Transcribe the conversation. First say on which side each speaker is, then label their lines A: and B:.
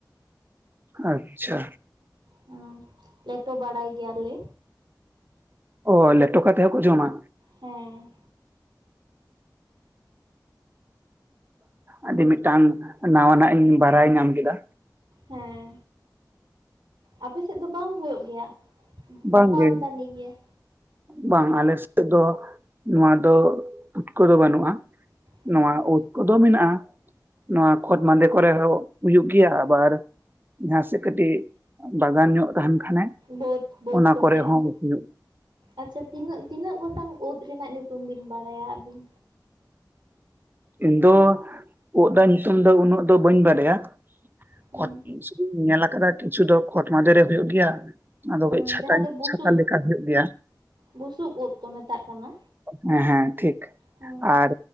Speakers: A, on the right (about 30°); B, on the right (about 90°).
A: ᱟᱪᱷᱟ᱾
B: ᱦᱩᱸ ᱞᱮᱴᱚ ᱵᱟᱲᱟᱭ ᱜᱮᱭᱟᱞᱮ᱾
A: ᱚ ᱞᱮᱯᱴᱚ ᱠᱟᱛᱮᱫ ᱦᱚᱸᱠᱚ ᱡᱚᱢᱟ᱾
B: ᱦᱮᱸ᱾
A: ᱟᱹᱰᱤ ᱢᱤᱫᱴᱟᱝ ᱱᱟᱣᱟᱱᱟᱜ ᱤᱧ ᱵᱟᱲᱟᱭ ᱧᱟᱢ ᱠᱮᱫᱟ᱾
B: ᱦᱮᱸ᱾ ᱟᱯᱮᱥᱮᱫ ᱫᱚ ᱵᱟᱝ ᱦᱚᱭᱳᱜ ᱜᱮᱭᱟ?
A: ᱵᱟᱝᱜᱮ
B: ᱵᱟᱠᱚ ᱟᱢᱫᱟᱱᱤ ᱜᱮᱭᱟ᱾
A: ᱵᱟᱝ ᱟᱞᱮ ᱥᱮᱫ ᱫᱚ ᱱᱚᱣᱟ ᱫᱚ ᱯᱩᱴᱠᱟᱹ ᱫᱚ ᱵᱟᱹᱱᱩᱜ-ᱟ,
B: ᱦᱩᱸ
A: ᱱᱚᱣᱟ ᱳᱫ᱾ ᱠᱚᱫᱚ ᱢᱮᱱᱟᱜᱼᱟ᱾ ᱱᱚᱣᱟ ᱠᱷᱚᱛ ᱢᱟᱸᱫᱮ ᱠᱚᱨᱮ ᱦᱚᱸ ᱦᱩᱭᱩᱜ ᱜᱮᱭᱟ, ᱟᱵᱟᱨ ᱡᱟᱦᱟᱸᱥᱮᱫ ᱠᱟᱹᱴᱤᱡ ᱵᱟᱜᱟᱱ ᱧᱚᱜ ᱛᱟᱦᱮᱸᱱ ᱠᱷᱟᱱᱮ
B: ᱵᱟᱹᱫᱽ ᱵᱟᱹᱫᱽ
A: ᱚᱱᱟ
B: ᱠᱚᱥᱮᱜ
A: ᱠᱚᱨᱮ
B: ᱦᱚᱸ᱾
A: ᱦᱩᱭᱩᱜ
B: ᱟᱪᱪᱷᱟ ᱛᱤᱱᱟᱹᱜ ᱛᱤᱱᱟᱹᱜ ᱜᱚᱴᱟᱝ ᱳᱫᱽ ᱨᱮᱱᱟᱜ ᱧᱩᱛᱩᱢ ᱵᱤᱱ ᱵᱟᱲᱟᱭᱟ ᱟᱹᱵᱤᱱ?
A: ᱤᱧ ᱫᱚ ᱳᱫᱽ ᱨᱮᱱᱟᱜ ᱧᱩᱛᱩᱢ ᱫᱚ ᱩᱱᱟᱹᱜ ᱫᱚ ᱵᱟᱹᱧ ᱵᱟᱰᱟᱭᱟ᱾
B: ᱦᱩᱸ
A: ᱠᱷᱚᱛ ᱥᱩᱫᱩᱧ ᱧᱮᱞ ᱟᱠᱟᱫᱟ ᱠᱤᱪᱷᱩ ᱫᱚ ᱠᱷᱚᱛ ᱢᱟᱫᱷᱮ ᱨᱮ ᱦᱚᱭᱳᱜ ᱜᱮᱭᱟ᱾ ᱟᱫᱚ
B: ᱦᱩᱸ
A: ᱠᱟᱹᱡ ᱪᱷᱟᱴᱟᱧ
B: ᱡᱟᱦᱟᱸ ᱫᱚ ᱵᱩᱥᱩᱵ
A: ᱪᱷᱟᱛᱟ ᱞᱮᱠᱟ ᱦᱚᱭᱳᱜ ᱜᱮᱭᱟ᱾
B: ᱵᱩᱥᱩᱵ ᱩᱫ ᱠᱚ ᱢᱮᱛᱟᱜ ᱠᱟᱱᱟ
A: ᱦᱮᱸ ᱦᱮᱸ ᱴᱷᱤᱠ
B: ᱦᱩᱸ
A: ᱟᱨ